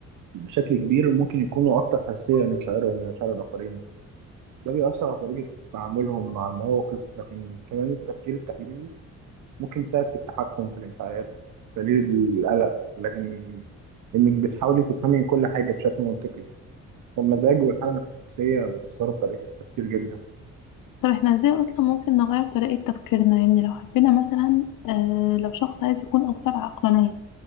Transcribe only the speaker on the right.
بشكل كبير ممكن يكونوا اكتر حساسيه لمشاعرهم ومشاعر الاخرين ده بيأثر على طريقه تعاملهم مع المواقف لكن كمان التفكير التحليلي ممكن يساعد في التحكم في الانفعالات تقليل القلق لكن انك بتحاولي تفهمي كل حاجه بشكل منطقي فالمزاج والحاله النفسيه بيأثروا في طريقه التفكير جدا